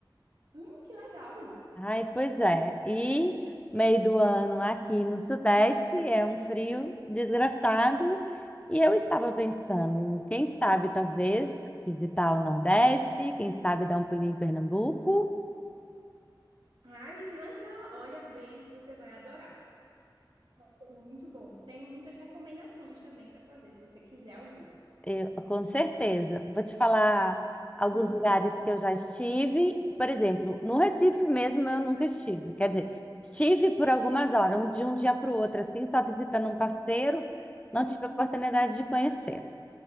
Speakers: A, on the right (about 85°); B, on the left (about 15°).
A: Hum, que legal!
B: Ai, pois é. E meio do ano aqui no Sudeste é um frio desgraçado. E eu estava pensando, quem sabe talvez visitar o Nordeste, quem sabe dar um pulinho em Pernambuco.
A: Ai, que legal! Olha, venha que você vai adorar. Foi muito bom. Tenho muitas recomendações também pra fazer, se você quiser alguma.
B: Eu, com certeza. Vou te falar alguns
A: Hum.
B: lugares que eu já estive. Por exemplo, no Recife mesmo eu nunca estive. Quer dizer, estive por algumas horas, um- de um dia para o outro, assim, só visitando um parceiro. Não
A: Hum,
B: tive a oportunidade de conhecer.